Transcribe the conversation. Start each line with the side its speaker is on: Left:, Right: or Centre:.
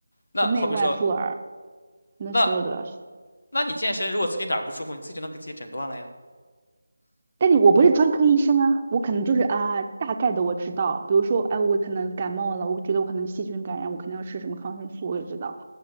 Left: 那好比说，
Right: 就内外妇儿，那所有都要学。
Left: 那那你健身，如果自己哪儿不舒服，你自己就能给自己诊断了呀？
Right: 但你我不是专科医生啊，我可能就是啊，大概的我知道，比如说，哎，我可能感冒了，我觉得我可能细菌感染，我肯定要吃什么抗生素，我也知道。